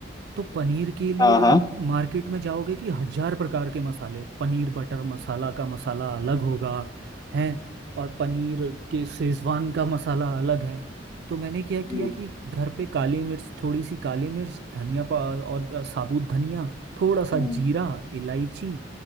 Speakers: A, on the right (about 65°); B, on the left (about 20°).
A: तो पनीर के लिए
B: हाँ
A: आप
B: हाँ
A: मार्केट में जाओगे कि हजार प्रकार के मसाले पनीर बटर मसाला का मसाला अलग होगा है और पनीर के शेजवान का मसाला अलग है तो मैंने क्या किया
B: हम्म,
A: कि घर पे काली मिर्च थोड़ी सी काली मिर्च धनिया पा और अ, साबुत धनिया थोड़ा सा
B: हम्म
A: जीरा इलायची